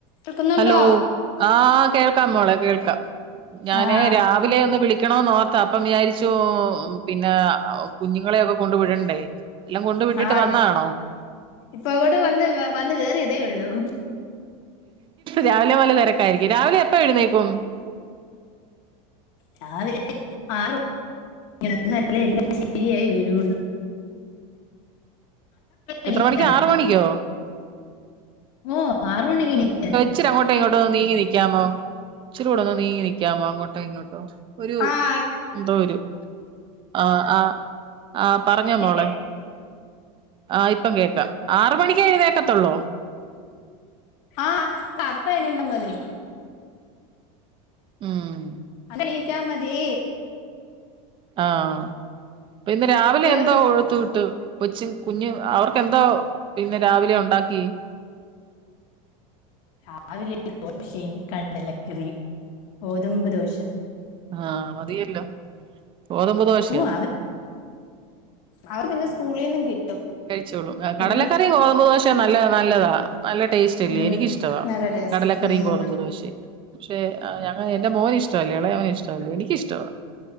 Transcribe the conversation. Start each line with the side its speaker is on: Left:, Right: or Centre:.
Left: കേൾക്കുന്നുണ്ടോ
Right: ഹലോ ആഹ് കേൾക്കാം മോളെ കേൾക്കാം ഞാന്
Left: ആഹ്
Right: രാവിലെ ഒന്ന് വിളി ക്കണോന്ന് ഓർത്താ അപ്പം വിചാരിച്ചു പിന്നെ കുഞ്ഞുങ്ങളെയൊക്കെ കൊണ്ടു വിടണ്ടേ. എല്ലാം കൊണ്ട് വിട്ടിട്ട്
Left: ആഹ്
Right: വന്നാണോ
Left: ഇപ്പൊ ഇപ്പങ്ങോട്ട് വന്ന് വന്ന് കേറിയതേ ഉള്ളു.
Right: രാവിലെ മൊതല് തെരക്കായിരിക്കും രാവിലെ എപ്പ എഴുന്നേക്കും?
Left: രാവിലെ ആറ് <unintelligible> എല്ലാം ശരിയായി വരന്ന്‌.
Right: എത്ര
Left: എണീറ്റാ
Right: മണിക്കാ
Left: മതി
Right: ആറ് മണിക്കോ?
Left: ഓഹ് ആറ് മണിക്കെണിക്ക
Right: ഇച്ചിരങ്ങോട്ടൊ ഇങ്ങോട്ടോ ഒന്ന് നീങ്ങനിക്കാമോ ച്ചീരൂടെ ഒന്ന് നീങ്ങി നി ക്കാമോ അങ്ങോട്ടോ ഇങ്ങോട്ടോ ഒരു
Left: ആഹ്
Right: എന്തോരു ആഹ് ആഹ് ആഹ് പറഞ്ഞോ മോളെ
Left: ഓക്കെ
Right: ആഹ് ഇപ്പം കേക്കാം ആറ് മണിക്കേഴുന്നേക്കത്തൊള്ളോ?
Left: ആഹ് അപ്പ എണീറ്റാ മതി.
Right: ഉം
Left: അണീറ്റാ മതി
Right: ആഹ് പ്പയിന്ന് രാവിലെ
Left: കേൾക്കുന്നു
Right: എന്തോ കൊടുത്തു വിട്ട്? കൊച്ച് കുഞ്ഞ് അവർക്കെന്തോ ഇന്ന് രാവിലെ ഒണ്ടാക്കി?
Left: രാവിലെ ദോശയും കടലക്കറിയും ഗോതമ്പ് ദോശ.
Right: ആഹ് മതിയല്ലോ. ഗോതമ്പ് ദോശയാണ്
Left: ഓ <unintelligible> ഉം അവർക്ക് പിന്നെ സ്കൂളീന്നും കിട്ടും.
Right: കഴിച്ചോളും കടലക്കറിം
Left: ഇവിടുന്ന്
Right: ഗോതമ്പ് ദോശേം നല്ല നല്ലതാ നല്ല ടേസ് റ്റില്ലേ
Left: ഉം
Right: എനിക്കഷ്ടവാ
Left: നല്ല ടേസ്റ്റ്
Right: കടലക്കറീം
Left: ഉം
Right: ഗോതമ്പ് ദോശെം. പക്ഷേ ഞ എന്റെ മോന് ഇഷ്ടവല്ല എളയോന് ഇഷ്ടവല്ല എനിക്കിഷ്ടവ.